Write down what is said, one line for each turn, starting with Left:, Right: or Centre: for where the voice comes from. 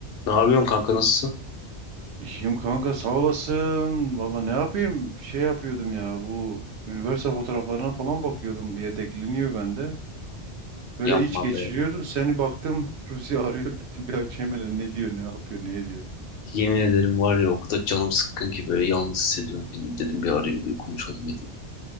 Left: Ne yapıyorsun kanka nasılsın?
Right: İyiyim kanka sağ olasın. Valla ne yapayım? Şey yapıyordum ya bu üniversite fotoğraflarına falan bakıyordum. Bir yedekleniyor bende. Böyle
Left: Yapma
Right: iç geçiriyordum.
Left: be.
Right: Seni baktım <laughs> Ruzi arıyor dedim. Bir açayım hele ne diyor ne yapıyor ne ediyor.
Left: Yemin ederim var ya okulda canım sıkkın ki böyle yalnız hissediyorum kendimi. Dedim bir arayayım bir konuşalım dedim.